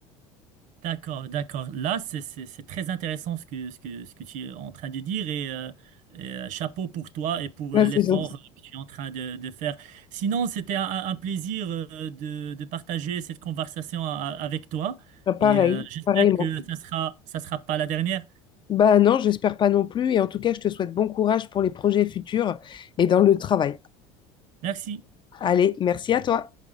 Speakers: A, on the right (about 60°); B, on the left (about 30°).
A: D'accord, d'accord. Là, c'est c'est- c'est très intéressant ce que, ce que, ce que tu es en train de dire et, euh, et, euh, chapeau pour toi et pour
B: Ah,
A: euh, l'effort
B: c'est gentil.
A: que tu es en train de, de faire. Sinon, c'était un, un plaisir euh, de, de partager cette conversation a- avec toi
B: Ah, Pareil,
A: et euh, j'espère
B: pareillement.
A: que ça sera, ça sera pas la dernière.
B: Bah non, j'espère pas non plus. Et en tout cas, je te souhaite bon courage pour les projets futurs et dans le travail.
A: Merci.
B: Allez, merci à toi.